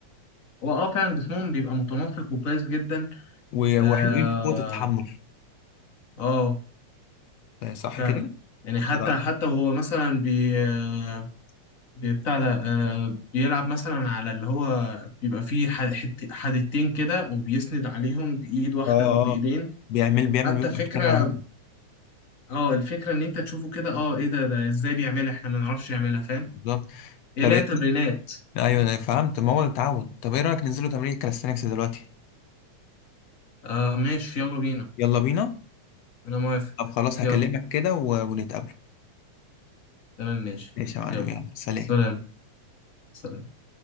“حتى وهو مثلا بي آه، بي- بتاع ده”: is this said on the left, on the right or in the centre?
Left